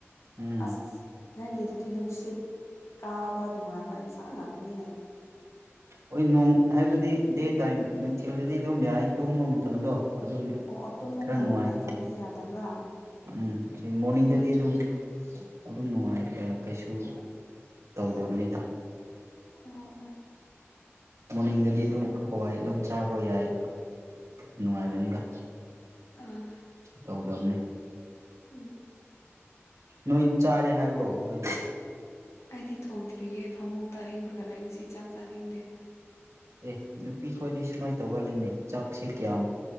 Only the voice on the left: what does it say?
ꯑꯁ ꯅꯪꯒꯤꯗꯨꯗꯤ ꯅꯨꯡꯁꯤꯠ ꯀꯥꯕ ꯅꯨꯡꯉꯥꯏꯕ ꯏ ꯊ ꯉꯥꯛꯇꯅꯤꯅꯦ
ꯑꯣ ꯇꯨꯝꯐꯝ
ꯄꯇ ꯇꯝꯗꯤ ꯌꯥꯗꯕ꯭ꯔꯥ
ꯑꯣꯠꯆꯣ
ꯆꯣ
ꯎ ꯎ
ꯑꯥ
ꯎꯝ
ꯑꯩꯗꯤ ꯊꯣꯡꯗ꯭ꯔꯤꯌꯦꯦ ꯐꯃꯨꯡꯗ ꯍꯤꯕ꯭ꯔꯒꯂ ꯉꯁꯤ ꯆꯥꯛ ꯆꯥꯅꯤꯡꯗꯦ